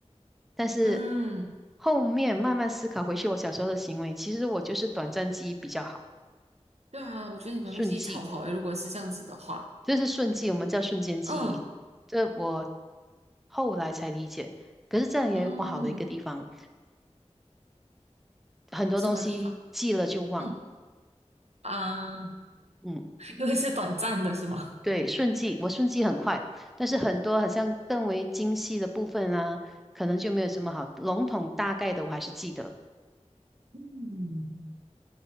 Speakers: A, in the centre; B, on the right.
A: 但是
B: 嗯，
A: 后面慢慢思考回去我小时候的行为，其实我就是短暂记忆比较好，
B: 对啊，我觉得你短信记忆超好诶，
A: 瞬记，
B: 如果是这样子的话。
A: 这是瞬记，我们叫瞬间记忆，
B: 嗯
A: 这我后来才理解。可是这样也有不好的一个地方，
B: 嗯，
A: 很多东西记了就忘，
B: 什么地方？嗯啊，
A: 嗯。
B: 因为是短暂的，是吗？
A: 对，顺记，我顺记很快，但是很多好像更为精细的部分啊，可能就没有这么好。笼统大概的我还是记得。
B: 嗯，